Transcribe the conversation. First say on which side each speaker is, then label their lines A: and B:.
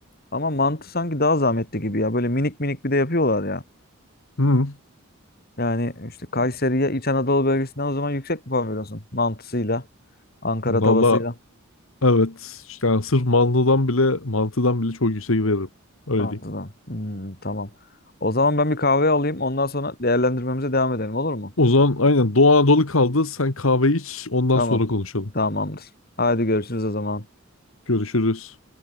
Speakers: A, on the left; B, on the left.
A: ama mantı sanki daha zahmetli gibi ya. Böyle minik minik bir de yapıyorlar ya.
B: Hmm.
A: Yani işte Kayseri'ye İç Anadolu bölgesinden o zaman yüksek bir puan veriyorsun. Mantısıyla, Ankara
B: Valla
A: tavasıyla.
B: evet. İşte Yani sırf mantıdan bile mantıdan bile çok yüksek veririm. Öyle
A: Mantıdan.
B: diyeyim.
A: Hmm, tamam. O zaman ben bir kahve alayım. Ondan sonra değerlendirmemize devam edelim olur mu?
B: O zaman aynen Doğu Anadolu kaldı. Sen kahve iç, ondan
A: Tamam.
B: sonra konuşalım.
A: Tamamdır. Haydi görüşürüz o zaman.
B: Görüşürüz.